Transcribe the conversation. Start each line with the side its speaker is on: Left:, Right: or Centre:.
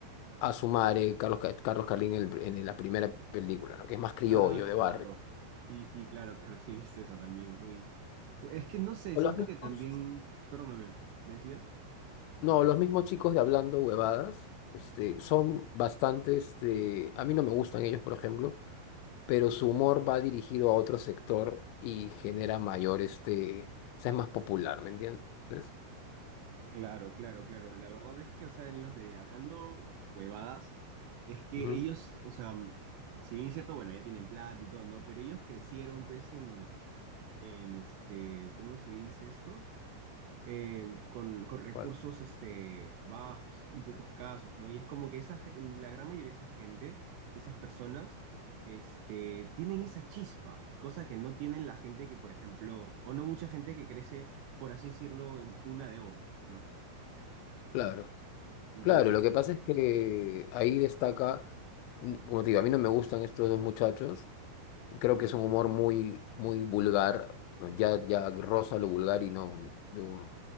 Left: Asumare, Carlos, Ca- Carlos Carlín en, el en la primera película, ¿no? Que es más criollo,
Right: Ah, No,
Left: de
Right: claro.
Left: barrio.
Right: Sí, sí, claro, claro, sí he visto eso también. Es muy... Es que no sé,
Left: O
Right: siento
Left: los mismos,
Right: que también... Perdóname, ¿me decías?
Left: no, los mismos chicos de Hablando Huevadas, este, son bastante, este, a mí no me gustan ellos, por ejemplo, pero su humor va dirigido a otro sector y genera mayor, este, o sea, es más popular, ¿me entiendes?
Right: Claro, claro, claro. La verdad es que, o sea, en los de hablando huevadas, es que
Left: Ujú.
Right: ellos, o sea, mm, si bien es cierto, bueno, ya tienen plata y todo, ¿no? Pero ellos crecieron, pues, en, en este, ¿cómo se dice esto? eh, con, con recursos
Left: ¿Cuál?
Right: este, bajos, es un poco escasos, ¿no? Y es como que esa, ge- la gran mayoría de esa gente, de esas personas, este, tienen esa chispa, cosa que no tienen la gente que, por ejemplo, o no mucha gente que crece, por así decirlo, en cuna de oro, ¿no?
Left: Claro,
Right: Entonces,
Left: claro, lo que pasa
Right: eso.
Left: es que ahí destaca, mm, como te digo, a mí no me gustan estos dos muchachos, creo que es un humor muy, muy vulgar, ¿no? ya, ya roza lo vulgar y no, no,